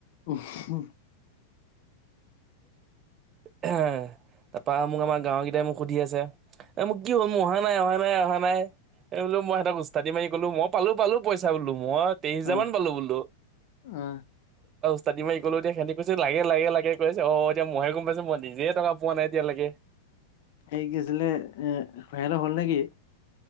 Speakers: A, on the left; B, on the right.
A: উ' হো
B: হে তাপা মোক আমাৰ গাঁৱৰ গিতাই মোক সুধি আছে, এ মোৰ কি হ'ল? মোৰ অহা নাই, অহা নাই, অহা নাই এই বোলো মই সিহঁতক ওস্তাদ মাৰি ক'লো মই পালো পালো পইচা বোলো মই তেইছ হাজাৰ
A: অ
B: মান পালো বোলো
A: অ
B: তা মই গলো এতিয়া সিহঁটি কৈছে লাগে লাগে লাগে কৈছে অ এতিয়া মইে গম পাইছে মই নিজে টকা পোৱা নাই এতিয়ালৈকে
A: এই গ আছিলে ইহতৰ হ'ল নেকি